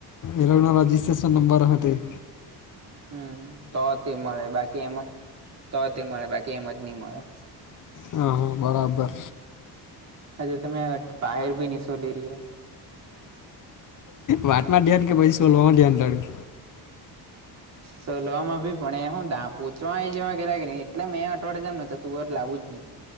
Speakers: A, on the left; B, on the right.
A: એલગ્નો રજીસ્ટ્રેશન નંબર હતી.
B: હમ તો તે મળે બાકી એમ તોથી મળે બાકી એમ જ નહી મળે
A: હા બરાબર.
B: હજ તમે બાયર ભી નશોલી રહ્યો.
A: વાતમાં ધ્યાન કે પછી સોલવામાં ધ્યાન તારું.
B: સોલવામાં ભી પણ હુ પોહચવાવા એટલે મેં અઠવાડે જમ ને તો તુંર લાવું જ નહી.